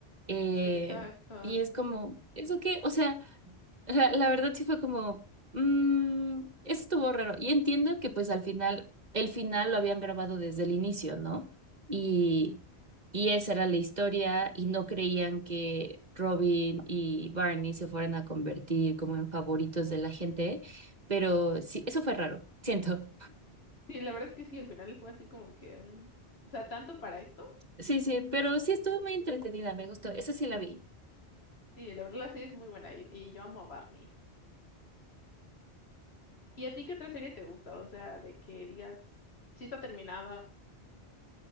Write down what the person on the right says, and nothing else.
Eh,
y es como, ¿eso qué? O sea... O sea, la verdad sí fue como, mm, eso estuvo raro. Y entiendo que pues al final, el final lo habían grabado desde el inicio, ¿no? Y, y esa era la historia y no creían que Robin y Barney se fueran a convertir como en favoritos de la gente, pero sí, eso fue raro, siento.
Sí, sí, pero sí estuvo muy entretenida, me gustó. Esa sí la vi.